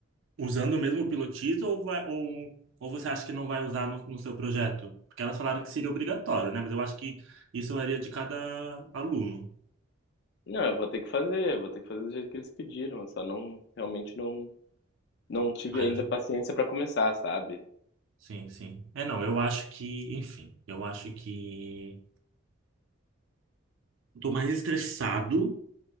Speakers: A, on the right (about 70°); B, on the left (about 55°).
A: usando o mesmo pilotismo ou, vai- ou, ou você acha que não vai usar no, no seu projeto? Porque elas falaram que seria obrigatório, né? Mas eu acho que isso varia de cada aluno.
B: Não, eu vou ter que fazer, vou ter que fazer do jeito que eles pediram, eu só não, realmente não, não tive
A: Ah,
B: ainda
A: eu-
B: paciência para começar, sabe?
A: sim, sim. É, não, eu acho que, enfim, eu acho que eu tô mais estressado